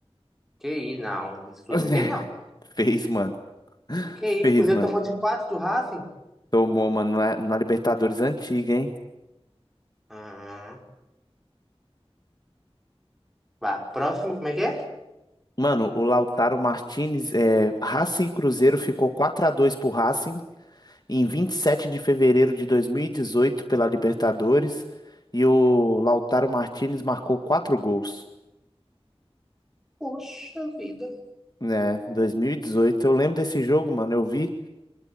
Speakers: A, in the centre; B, on the left (about 40°).
A: Que isso, não. Isso tudo
B: <laughs>
A: não fez, não.
B: Fez, mano.
A: Que isso,
B: Fez,
A: o Cruzeiro
B: mano.
A: tomou de 4 do Racing?
B: Tomou, mano, na, na Libertadores antiga, hein?
A: Ah, vai. Próximo, como é que é?
B: Mano, o Lautaro Martinez, é, Racing e Cruzeiro ficou quatro a dois pro Racing em 27 de fevereiro de 2018 pela Libertadores e o Lautaro Martinez marcou 4 gols,
A: Poxa vida.
B: né, Dois mil e dezoito, Eu lembro desse jogo, mano, eu vi.